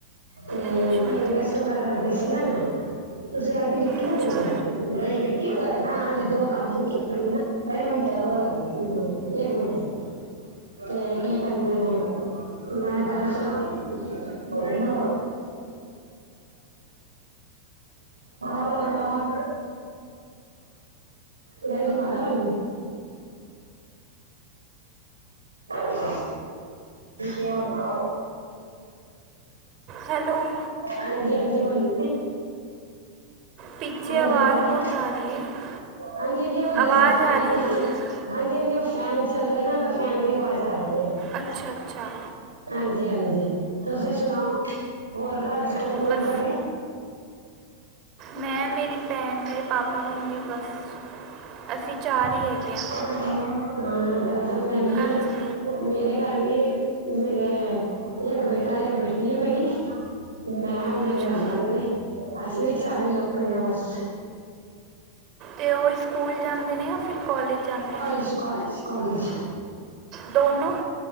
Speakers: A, on the right; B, on the right.
A: ਤੇ
B: ਅੱਛਾ
A: ਪੀਨ ਗੈਸਟ ਵਗੈਰਾ ਕਰਦੀ ਸੀ ਨਾ ਮੈਂ। ਤੁਸੀਂ ਆਂਟੀ ਵਿਕੀ ਲੈਦੇ
B: ਅੱਛਾ
A: ਹਾਂ ਹਲੇ ਦੋ ਕੰਮ ਵਿ ਲ ਅਰੇ ਓਨੂੰ ਅਥਾਰਵਾ ਲਗਾ ਏ ਏਕ ਮਿੰਟ ਤੇ ਕੀ ਕਹਿੰਦੇ ਨੇ? ਮੈਂ ਦਰਅਸਲ ਮਣਾ ਕ ਯਰੇ ਚ ਪਾਦਾ ਬ <inaudible> ਸ਼ ਨਾ <inaudible>
B: ਹੈਲੋ
A: ਹਾਂਜੀ ਹਾਂਜੀ ਬੋਲੋ
B: ਪਿੱਛੇ
A: ਹਾਂਜੀ
B: ਆਵਾਜ਼
A: ਬੋਲੋ,
B: ਬਹੁਤ ਆ ਰਹੀ ਹੈ
A: ਹਾਂਜੀ -ਹਾਂਜੀ, ਉਹ ਦੱਰਅਸਲ
B: ਆਵਾਜ਼
A: ਸੈ
B: ਆ ਰਹੀ ਬਹੁਤ
A: ਹਾਂਜੀ, ਹਾਂਜੀ ਉਹ ਫੈਨ ਚੱਲ ਰਿਹਾ ਨਾ। ਤਾਂ ਫੈਨ ਦੀ ਆਵਾਜ਼ ਆ ਰਹੀ ਹੈ।
B: ਅੱਛਾ ਅੱਛਾ।
A: ਹਾਂਜੀ ਹਾਂਜੀ ਤੁਸੀਂ ਸੁਣਾਓ ਹੋਰ ਘਰ ਚ ਕੌਣ ਕੌਣ
B: ਬਸ
A: ਤੁਹਾ
B: ਮੈਂ, ਮੇਰੀ ਭੈਣ, ਮੇਰੇ ਪਾਪਾ ਮੰਮੀ ਬਸ ਅਸੀਂ ਚਾਰ ਹੀ ਹੈਗੇ ਹਾਂ।
A: ਹਾ ਦਰਅਸਲ ਮੈਂ ਵੀ।
B: 'ਚ
A: ਮੇਰੇ ਘਰ ਵੀ, ਮੇਰੇ ਇੱਕ ਬੇਟਾ, ਇੱਕ ਬੇਟੀ ਆ ਮੇਰੀ। ਮੈਂ ਔਰ ਮੇਰੇ
B: ਅੱਛਾ
A: ਹਸਬੈਂਡ ਨੇ ਅਸੀਂ ਵੀ ਚਾਰੇ ਹੀ ਲੋਕ ਹੀ ਆ ਬੱਸ।
B: ਅਤੇ ਉਹ ਸਕੂਲ ਜਾਂਦੇ ਨੇ ਜਾਂ ਫਿਰ ਕੋਲਜ ਜਾਂਦੇ ਨੇ!
A: ਇਸ ਕੋਲਜ ਕਾਲਜ
B: ਦੋਨੋਂ